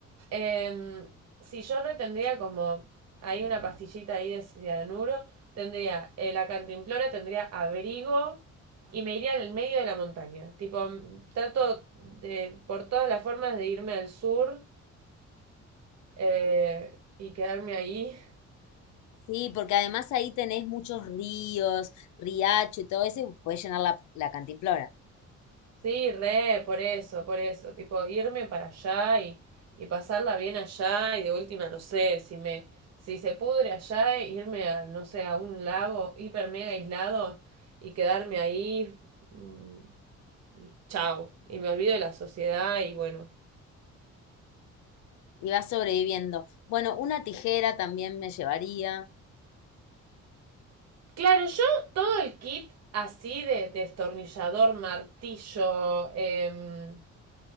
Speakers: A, on the right; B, on the left.
A: Em, si yo retendría como. Hay una pastillita ahí de cianuro. Tendría eh, la cantimplora, tendría abrigo. Y me iría al medio de la montaña. Tipo, m- trato de, por todas las formas de irme al sur eh, y quedarme ahí.
B: Sí, porque además ahí tenés muchos ríos, riacho y todo eso, y puedes llenar la, la cantimplora.
A: Sí, re, por eso, por eso, tipo irme para allá y, y pasarla bien allá y de última, no sé, si me, si se pudre allá, irme a, no sé, a un lago hiper mega aislado y quedarme ahí mm, y chao, y me olvido de la sociedad y bueno.
B: Y vas sobreviviendo. Bueno, una tijera también me llevaría,
A: Claro, yo todo el kit así de destornillador, martillo, em,